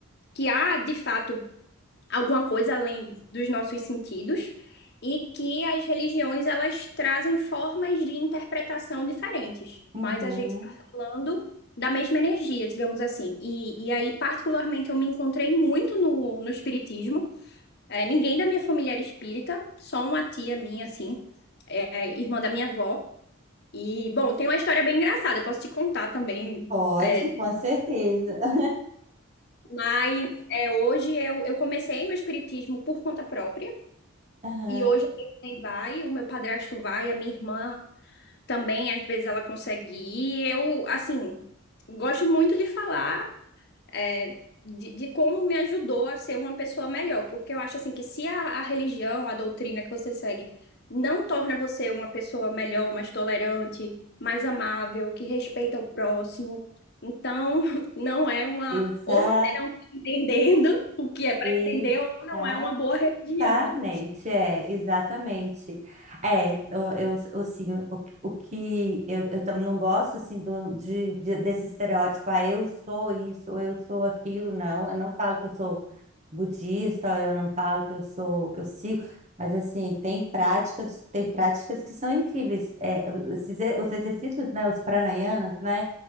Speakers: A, on the left; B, on the right.
A: que há, de fato, alguma coisa além dos nossos sentidos e que as religiões elas trazem formas de interpretação diferentes,
B: Uhum.
A: mas a gente está falando da mesma energia, digamos assim. E, e aí, particularmente, eu me encontrei muito no, no espiritismo. É, ninguém da minha família era espírita, só uma tia minha, assim, é, irmã da minha avó. E, bom, tem uma história bem engraçada, eu posso te contar também.
B: Pode,
A: é,
B: com certeza. <laughs>
A: mas é, hoje eu, eu comecei no espiritismo por conta própria.
B: Aham.
A: E hoje a minha mãe vai, o meu padrasto vai, a minha irmã também, às vezes ela consegue ir. Eu, assim, gosto muito de falar, é, de, de como me ajudou a ser uma pessoa melhor, porque eu acho, assim, que se a, a religião, a doutrina que você segue não torna você uma pessoa melhor, mais tolerante, mais amável, que respeita o próximo, então <laughs> não é uma.
B: Exato,
A: Ou você não está entendendo o que é para
B: exato.
A: entender, ou não é uma boa religião,
B: Exatamente,
A: né?
B: é, exatamente. É, eu, eu, eu, assim, o, o que eu, eu tam- não gosto, assim, do, de, de- desse estereótipo, ah, eu sou isso, ou eu sou aquilo, não. Eu não falo que eu sou budista, ou eu não falo que eu sou, que eu sigo, mas, assim, tem práticas, tem práticas que são incríveis. É, esses e- os exercícios, né, os pranayanas, né,